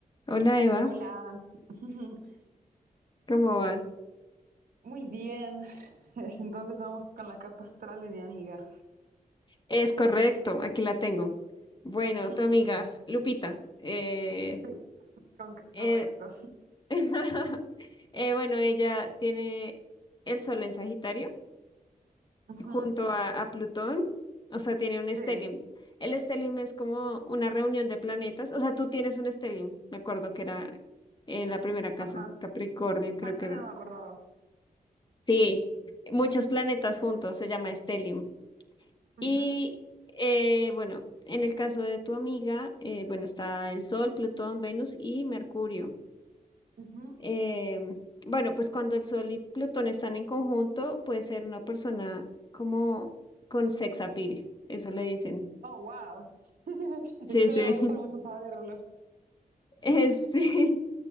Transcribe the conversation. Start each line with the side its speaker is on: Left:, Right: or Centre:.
Left: Hola Eva,
Right: Hola, <laughs>
Left: ¿cómo vas?
Right: muy bien. <laughs> Entonces vamos con la carta astral de mi amiga.
Left: Es correcto, aquí la tengo. Bueno,
Right: <laughs>
Left: tu amiga Lupita. eh,
Right: Sí, con-
Left: eh,
Right: correcto.
Left: <laughs> eh, bueno, ella tiene el Sol en Sagitario
Right: Ujú,
Left: junto a, a Plutón, o sea, tiene un
Right: Sí,
Left: stellium. El stellium es como una reunión de planetas, o sea, tú tienes un stellium, me acuerdo que era en la primera casa,
Right: ajá.
Left: Capricornio creo
Right: Ah, eso
Left: que era.
Right: no me acordaba.
Left: Sí, muchos planetas juntos, se llama stellium.
Right: Ujú,
Left: Y eh, bueno, en el caso de tu amiga, eh, bueno, está el Sol, Plutón, Venus y Mercurio.
Right: ujú.
Left: Em, bueno, pues cuando el Sol y Plutón están en conjunto, puede ser una persona como con sex appeal, eso le dicen.
Right: Oh, wow. <laughs> Eso
Left: Sí, sí,
Right: le va a
Left: <laughs>
Right: gustar mucho saberlo.
Left: Eh, sí.